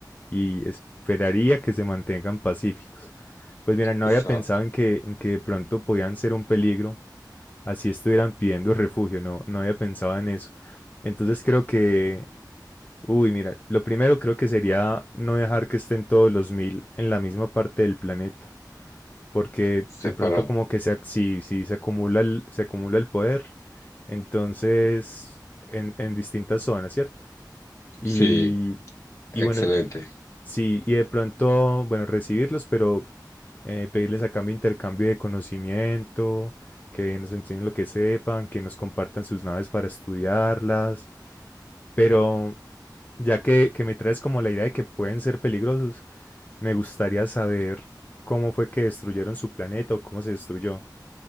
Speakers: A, on the left; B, on the left.
A: y esperaría que se mantengan pacíficos. Pues mira, no
B: están
A: había pensado en que, en que de pronto podían ser un peligro, así estuvieran pidiendo refugio, no, no había pensado en eso. Entonces creo que, uy, mira, lo primero creo que sería no dejar que estén todos los mil en la misma parte del planeta porque
B: Separado.
A: de pronto como que se, ac- si, si se acumula el, se acumula el poder, entonces en, en distintas zonas, ¿cierto? Y,
B: Sí,
A: y
B: excelente.
A: bueno, sí, y de pronto, bueno, recibirlos, pero eh, pedirles a cambio intercambio de conocimiento, que nos enseñen lo que sepan, que nos compartan sus naves para estudiarlas, pero ya que, que me traes como la idea de que pueden ser peligrosos, me gustaría saber cómo fue que destruyeron su planeta o cómo se destruyó.